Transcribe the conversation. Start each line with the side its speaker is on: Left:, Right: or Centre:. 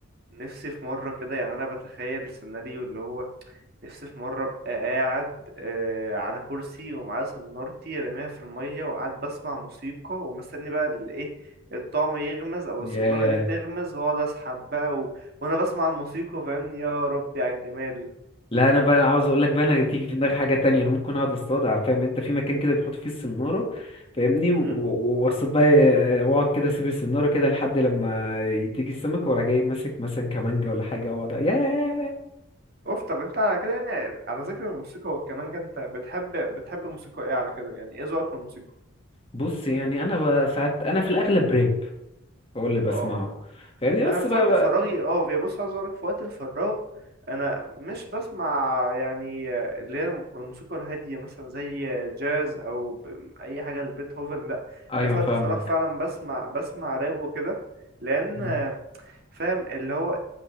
Right: نفسي في مره كده يعني انا بتخيل سيناريو اللي هو نفسي في مرة أبقى قاعد آه، على كرسي ومعايا صنارتي راميها في المية وقاعد بسمع موسيقى ومستني بقى الإيه الطعم يغمز أو
Left: قوي
Right: الصنارة دي تغمز وأقعد أسحب بقى و... وأنا بسمع الموسيقى فاهمني يا ربي على الجمال
Left: لا انا بقى عاوز اقول لك بقى انا تيجي في دماغي حاجه تانية انا ممكن اقعد اصطاد فاهم انت في مكان كده بيحط فيه السناره فاهمني و-
Right: مم.
Left: و- واصطاد بقى آه، واقعد كده اسيب السناره كده لحد لما تيجي السمك وأروح جاي ماسك مثلا كمانجه ولا حاجه واقعد ياه
Right: أوف طب أنت على كده يعني على ذكر الموسيقى والكمانجة أنت بتحب بتحب الموسيقى إيه على كده يعني إيه ذوقك في الموسيقى؟
Left: بص يعني انا بقى ساعات انا في الاغلب راب هو اللي بسمعه
Right: آه
Left: فاهمني
Right: انا
Left: بس
Right: في
Left: بقى,
Right: وقت
Left: بقى
Right: فراغي اه هي بص عايز اقولك في وقت الفراغ انا مش بسمع يعني اللي هي الم- الموسيقى الهاديه مثلا زي جاز او ب- اي حاجه لبيتهوفن لا
Left: ايوه
Right: انا في
Left: فاهمك
Right: وقت الفراغ فعلا بسمع بسمع راب وكده لان
Left: مم.
Right: فاهم اللي هو